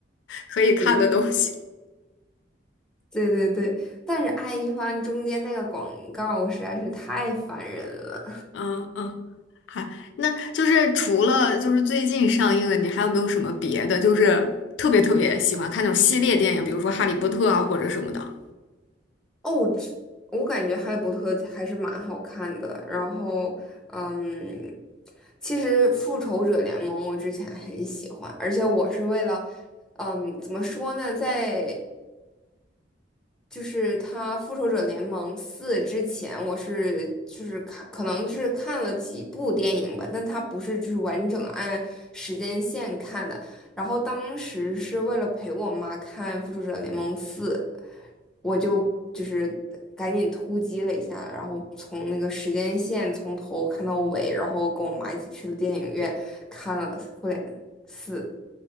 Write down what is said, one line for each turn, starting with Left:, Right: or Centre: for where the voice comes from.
Left: 可以看的东西。
Centre: 对对对对对对，但是爱一帆中间那个广告实在是太烦人了。
Left: 嗯嗯，还那就是除了就是最近上映的，你还有没有什么别的？就是特别特别喜欢看那种系列电影，比如说《哈利波特》啊或者什么的。
Centre: 哦，这我感觉《哈利波特》还是蛮好看的。然后，嗯，其实《复仇者联盟》我之前很喜欢，而且我是为了，嗯，怎么说呢，在就是他《复仇者联盟四》之前，我是就是看，可能就是看了几部电影吧，但它不是就是完整按时间线看的。然后当时是为了陪我妈看《复仇者联盟四》，我就就是赶紧突击了一下，然后从那个时间线从头看到尾，然后跟我妈一起去了电影院看了《复联四》，